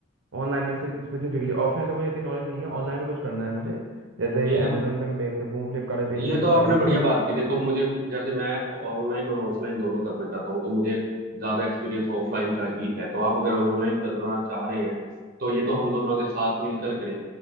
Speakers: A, on the right; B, on the right.
A: ऑनलाइन में स्पेसिफिकली ऑफलाइन का मुझे इतनी नॉलेज नहीं है ऑनलाइन में कुछ करना है मुझे जैसे
B: ये
A: अमेजोन पे मैं बेच सकूँ फ्लिपकार्ट पे बेच
B: ये
A: सकूँ
B: तो आपने
A: ऐसा कुछ
B: बढ़िया बात की देखो मुझे जैसे मैं ऑनलाइन और ऑफलाइन दोनों करना चाहता हूँ तो मुझे ज्यादा एक्सपीरियंस ऑफलाइन का ही है तो आप अगर ऑनलाइन करना चाह रहे हैं तो ये तो हम दोनों अगर साथ मिलकर करें